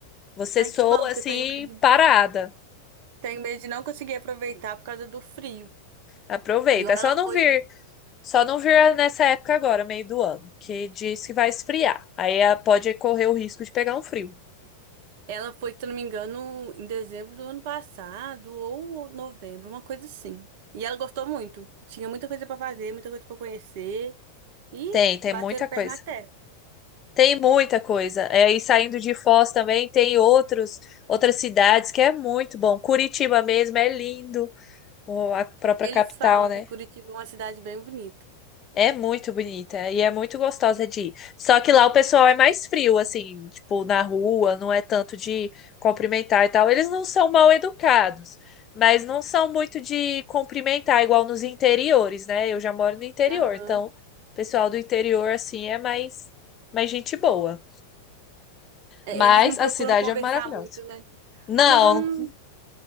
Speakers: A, on the left; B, on the right.
A: Você
B: Ai,
A: soa
B: que bom, porque
A: assim
B: eu tenho medo,
A: parada.
B: tenho medo de não conseguir aproveitar por causa do frio.
A: Aproveita.
B: Igual
A: É só
B: ela
A: não
B: foi
A: vir Só não vira nessa época agora, meio do ano, que diz que vai esfriar. Aí ah, pode correr o risco de pegar um frio.
B: Ela foi, se eu não me engano, em dezembro do ano passado ou novembro, uma coisa assim. E ela gostou muito. Tinha muita coisa pra fazer, muita coisa pra conhecer e
A: Tem, tem
B: bateram
A: muita coisa.
B: perna até.
A: Tem muita coisa. É, e saindo de Foz também tem outros, outras cidades que é muito bom. Curitiba mesmo é lindo, o- a própria
B: Eles
A: capital,
B: falam
A: né?
B: que Curitiba é uma cidade bem bonita.
A: É muito bonita e é muito gostosa de ir. Só que lá o pessoal é mais frio, assim, tipo, na rua, não é tanto de cumprimentar e tal. Eles não são mal educados, mas não são muito de cumprimentar, igual nos interiores, né? Eu já moro no interior,
B: Aham.
A: então o pessoal do interior, assim, é mais, mais gente boa.
B: É,
A: Mas
B: Eles não procuram
A: a cidade
B: conversar
A: é maravilhosa.
B: muito, né?
A: Não,
B: Ah, mas eu não.